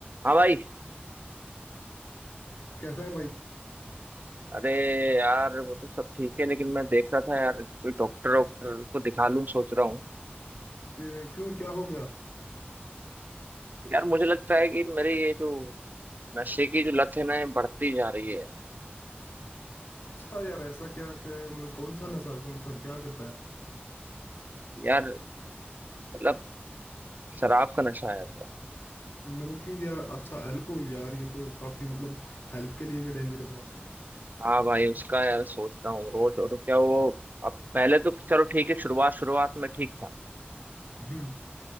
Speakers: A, on the right; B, on the left.
A: हाँ भाई
B: कैसा है भाई
A: अरे यार वो तो सब ठीक है लेकिन मैं देख रहा था यार कोई डॉक्टर डॉक्टर को दिखा लूं सोच रहा हूँ
B: ए, क्यों क्या हो गया
A: यार मुझे लगता है कि मेरी ये जो नशे की जो लत है ना ये बढ़ती जा रही है
B: अच्छा यार ऐसा क्या क- मतलब कौन सा नशा कौन सा क्या करता है
A: यार मतलब शराब का नशा है ऐसा
B: स्मोकिंग या अच्छा अल्कोहल यार ये तो काफी मतलब हेल्थ के लिए भी डेंजरस है
A: हाँ भाई उसका यार सोच रहा हूँ रोज और क्या वो अब पहले तो चलो ठीक है शुरुआत शुरुआत में ठीक था
B: हम्म,